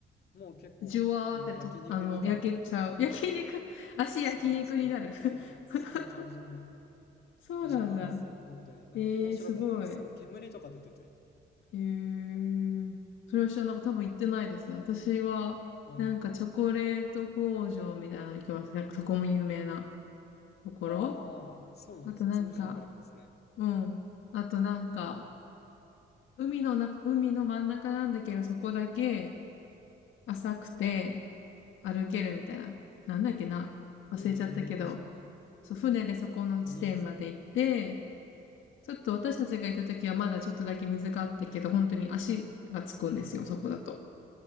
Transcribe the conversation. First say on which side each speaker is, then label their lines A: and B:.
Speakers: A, on the left; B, on the left.
A: もう結構、
B: じゅわーってと、
A: なんか焼肉みたいな感じに、
B: あの、焼けちゃう。<laughs> 焼肉、足焼肉になる。
A: そうそう、
B: <laughs>
A: 結構、そんな感じの
B: そうなんだ。
A: 場所なんですよね。本当に。なんか面白かったです。
B: えー、すごい。え
A: すごい。煙とか出てて。
B: ー、それは知らなかった多分行ってないですね。私は、
A: あー
B: なんかチョコレート工場みたいなの行きます。なんかそこも有名なところ。
A: あー、そうなんですか。
B: あとなんか、
A: そんなのがあるんですね。
B: うん。あとなんか、海の中、海の真ん中なんだけど、そこだけ浅くて歩けるみたいな。なんだっけな。忘れちゃったけど。
A: へえ、そんな、
B: そう、船でそこの地点まで行って、
A: いいですね。
B: ちょっと私たちが行った時はまだちょっとだけ水があったけど、本当に足がつくんですよ、そこだと。